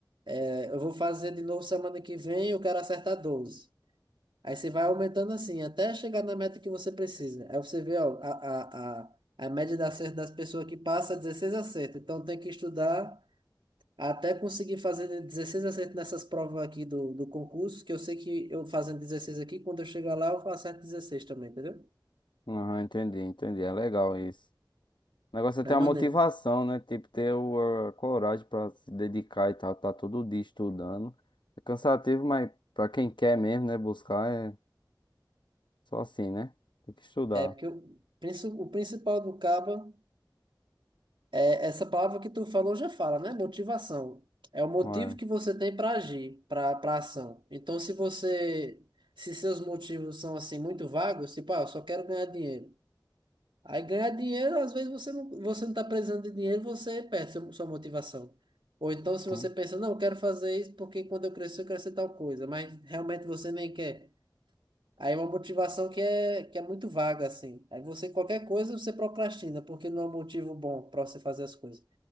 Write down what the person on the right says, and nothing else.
É, Eu vou fazer de novo semana que vem, eu quero acertar doze Aí você vai aumentando assim, até chegar na meta que você precisa. Aí você vê, ó, a, a, a, a média de acerto das pessoas que passa é 16 acertos. Então tem que estudar Até conseguir fazer 16 acertos nessas provas aqui do, do concurso, que eu sei que eu fazendo 16 aqui, quando eu chegar lá, eu faço 16 também, entendeu?
É maneiro.
É porque o, princi- o principal do Caba é essa palavra que tu falou já fala, né? Motivação. É o motivo
que você tem para agir, para para ação. Então, se você, se seus motivos são assim muito vagos, tipo, ah, eu só quero ganhar dinheiro. Aí ganhar dinheiro, às vezes você não, você não está precisando de dinheiro, você perde seu- sua motivação. Ou então, se
você pensa, não, eu quero fazer isso porque quando eu crescer, eu quero ser tal coisa, mas realmente você nem quer. Aí é uma motivação que é, que é muito vaga, assim. Aí você, qualquer coisa, você procrastina, porque não é um motivo bom para você fazer as coisas.